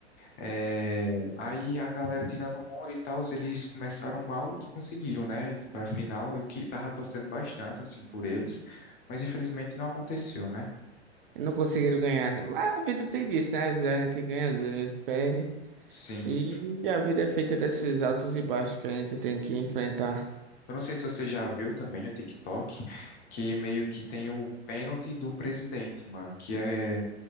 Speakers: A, on the left; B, on the right.
A: É, aí a galera tirando onda e tal, eles começaram mal e conseguiram, né? Pra final, eu que tava torcendo bastante, assim, por eles, mas infelizmente não aconteceu, né?
B: Não conseguiram ganhar. né? Mas a vida tem disso, né? Às vezes a gente ganha, às vezes a gente perde.
A: Sim.
B: E a vida é feita desses altos e baixos que a gente tem que enfrentar.
A: Eu não sei se você já viu também no TikTok que meio que tem o pênalti do presidente, mano, que é